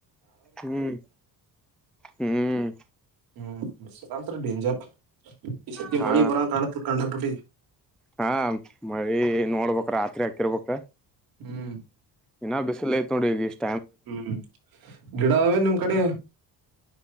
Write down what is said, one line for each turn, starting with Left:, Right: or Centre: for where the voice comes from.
Centre: ಹ್ಮ್ ಹ್ಮ್
Right: ಹ್ಮ್ ಬಂತ್ರ ಡೇಂಜರ್. ಈ ಸತಿ
Centre: ಹಾ
Right: ಮಳಿ ಬರಾಂಗ್ ಕಾಣತ್ ಕಂಡಾಪುಟಿ.
Centre: ಹಾ ಮಳಿ ನೋಡ್ಬೇಕು ರಾತ್ರಿ ಆಗ್ ಕಿರ್ಬೇಕ.
Right: ಹ್ಮ್
Centre: ಇನ್ನ ಬಿಸ್ಲ ಐತ್ ನೋಡ ಈಗ ಇಷ್
Right: ಹ್ಮ್ ಗಿಡ ಅವೇನ್ ನಿಮ್ ಕಡೆ.